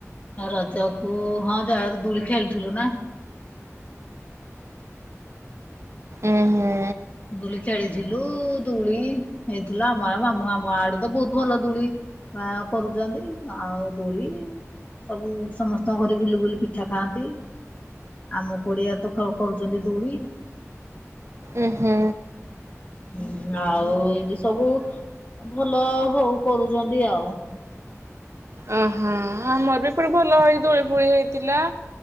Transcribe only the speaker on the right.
ଉଁ ହୁଁ।
ଉଁ ହୁଁ।
ଓହୋଃ, ଆମର ବି ଏପଟେ ଭଲ ହେଇ ଦୋଳି ଫୋଳି ହେଇଥିଲା।